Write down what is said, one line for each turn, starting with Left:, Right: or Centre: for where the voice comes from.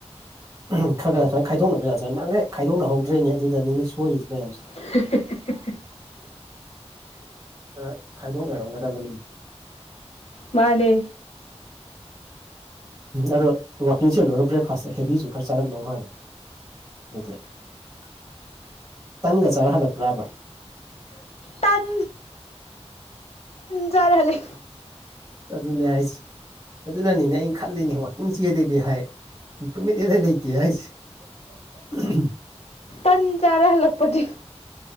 Right: ꯈꯔ ꯈꯔ ꯁꯨꯃꯥꯏꯅ ꯈꯥꯏꯗꯣꯛꯅꯕ ꯌꯥꯖꯥꯠꯅꯤ ꯅꯍꯥꯟꯒꯩ ꯈꯥꯏꯗꯣꯛꯅꯍꯧꯗ꯭ꯔꯦꯅꯦ ꯑꯗꯨꯗꯅꯤꯅꯦ ꯁꯣꯏꯔꯤꯁꯦ ꯃꯌꯥꯝꯁꯦ
Left: <unintelligible>
Right: ꯈꯔ ꯈꯥꯏꯗꯣꯛꯅꯔꯝꯒꯗꯕꯅꯤꯅꯦ
Left: ꯃꯥꯅꯦ
Right: ꯑꯗꯣ ꯋꯥꯛꯀꯤꯡ ꯆꯦꯜꯂꯣꯏꯔꯒ ꯕ꯭ꯔꯦꯛꯐꯥꯁꯇ ꯍꯦꯕꯤꯖꯨ ꯈꯔ ꯆꯥꯔꯝꯗꯧ ꯃꯥꯜꯂꯦ ꯑꯗꯨꯗꯤ ꯇꯟꯒ ꯆꯥꯔ ꯍꯜꯂꯛꯄ꯭ꯔꯥꯕ
Left: ꯇꯟ꯫ ꯆꯔ ꯍꯜꯂ‌ꯦ
Right: ꯑꯗꯨꯅ‌ꯦ ꯍꯥꯏꯖ‌ꯦ ꯑꯗꯨꯅꯅꯤꯅꯦ ꯑꯩꯅ ꯈꯜꯂꯤꯅꯦ ꯋꯥꯛꯀꯤꯡ ꯆꯦꯜꯂꯤꯗꯤ ꯍꯥꯏ ꯏꯝꯄ꯭ꯔꯨꯚꯃꯦꯟ ꯏꯂꯩ ꯂꯩꯇꯦ ꯍꯥꯏꯖꯦ ꯎ
Left: ꯇꯟ ꯆꯥꯔ ꯍꯜꯂꯛꯄꯗꯤ